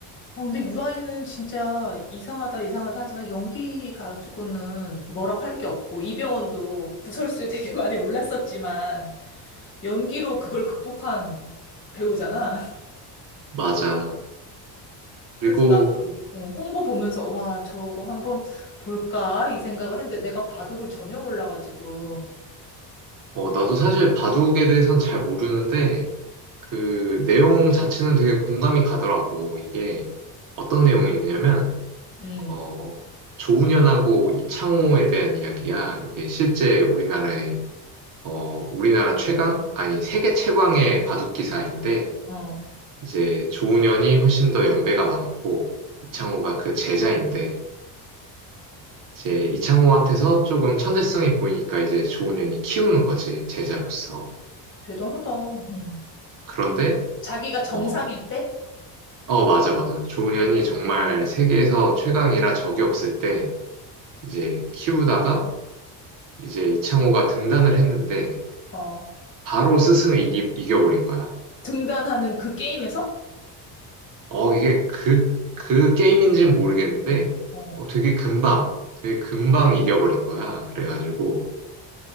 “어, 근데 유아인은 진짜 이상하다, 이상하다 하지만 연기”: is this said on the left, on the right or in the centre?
Left